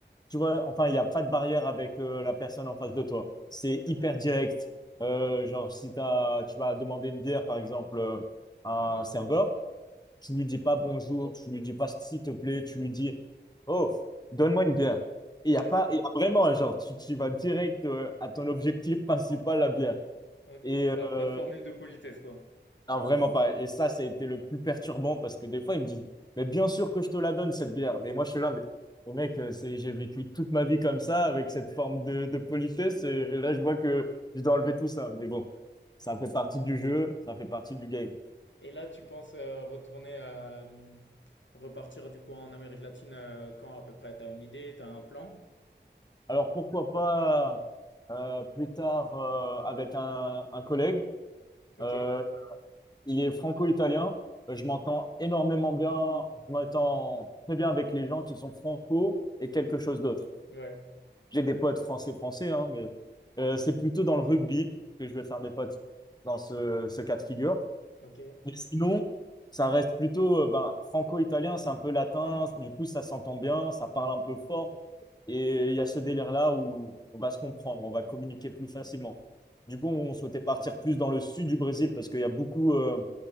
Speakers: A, on the left (about 20°); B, on the left (about 80°).
A: tu vois, enfin, il n'y a pas de barrière avec euh, la personne en face de toi. C'est hyper direct. Euh, genre, si t'as, tu vas demander une bière, par exemple, euh, à un serveur. Tu lui dis pas bonjour, tu lui dis pas s'il te plaît, tu lui dis oh, donne-moi une bière. Il
B: ouais.
A: y a
B: Ouais.
A: pas, il y a vraiment genre tu, tu vas direct euh, à ton objectif principal, la bière.
B: Ok.
A: Et
B: Pas,
A: euh,
B: pas de formule de politesse, quoi.
A: non, vraiment pas. Et ça, ça a été le plus perturbant parce que des fois ils me disent mais bien sûr que je te la donne cette bière. Mais moi je suis là, mais mais mec, euh, c'est j'ai vécu toute ma vie comme ça avec cette forme de, de politesse et là je vois que je dois enlever tout ça. Mais bon, ça fait partie du jeu, ça fait partie du game.
B: Et là, tu penses euh, retourner, euh, repartir du coup en Amérique latine euh, quand à peu près? T'as une idée, t'as un plan?
A: Alors pourquoi pas euh, plus tard euh, avec un, un collègue.
B: Ok,
A: Euh, il est franco-italien. Euh, Je m'entends énormément bien. Je m'entends très bien avec les gens qui sont franco et quelque chose d'autre.
B: ouais,
A: J'ai des potes français-français, hein, mais euh, c'est plutôt dans le rugby que je vais faire mes potes dans ce, ce cas de figure.
B: ok,
A: Mais sinon, ça reste plutôt euh, ben, franco-italien, c'est un peu latin, du coup ça s'entend bien, ça parle un peu fort, et il y a ce délire-là où on va se comprendre, on va communiquer plus facilement. Du coup, on
B: euh,
A: souhaitait partir plus dans le sud du Brésil parce qu'il y a beaucoup euh,